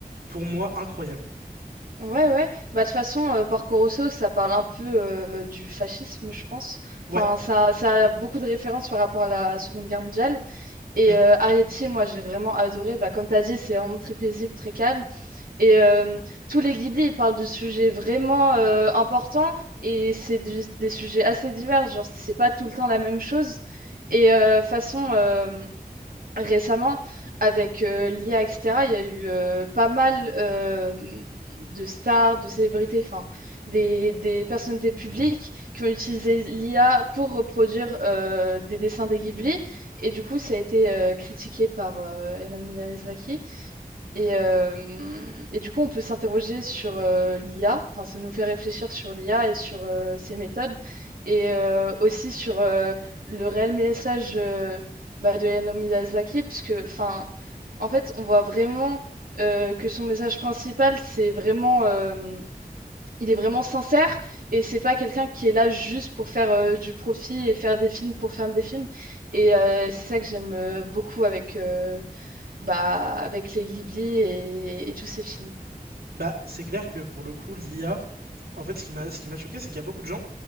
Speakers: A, on the right; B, on the right.
A: pour moi, incroyables.
B: Ouais, ouais. Bah, de toute façon, euh, Porco Rosso, ça parle un peu euh, du fascisme, je pense.
A: Ouais.
B: Enfin, ça, ça a beaucoup de références par rapport à la Seconde Guerre mondiale. Et
A: Mm.
B: euh, Arrietty, moi, j'ai vraiment adoré. Bah, comme tu as dit, c'est vraiment très paisible, très calme. Et euh, tous les Ghibli, ils parlent de sujets vraiment euh, importants. Et c'est des, des sujets assez divers. Genre, c'est pas tout le temps la même chose. Et euh, façon. euh, récemment, avec euh, l'IA, etc., il y a eu euh, pas mal euh, de stars, de célébrités, enfin, des, des personnalités publiques qui ont utilisé l'IA pour reproduire euh, des dessins des Ghibli. Et du coup, ça a été euh, critiqué par euh, Hayao Miyazaki. Et, euh, et du coup, on peut s'interroger sur euh, l'IA, enfin, ça nous fait réfléchir sur l'IA et sur euh, ses méthodes, et euh, aussi sur euh, le réel message euh, bah, de Hayao Miyazaki, parce que enfin, en fait, on voit vraiment euh, que son message principal, c'est vraiment, euh, il est vraiment sincère, et c'est pas quelqu'un qui est là juste pour faire euh, du profit et faire des films pour faire des films, et euh, c'est ça que j'aime euh, beaucoup avec, euh, bah, avec les Ghibli et, et tous ces films.
A: Bah, c'est clair que pour le coup, l'IA, en fait, ce qui m'a, ce qui m'a choqué, c'est qu'il y a beaucoup de gens